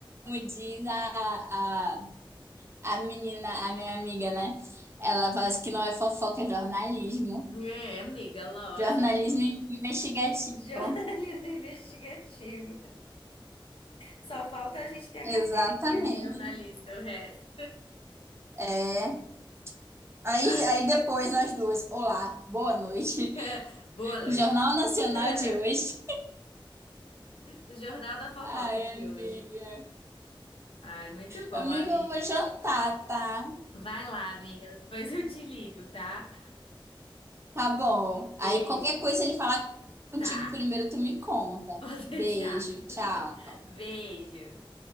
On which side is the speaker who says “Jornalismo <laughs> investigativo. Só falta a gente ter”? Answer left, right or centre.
Left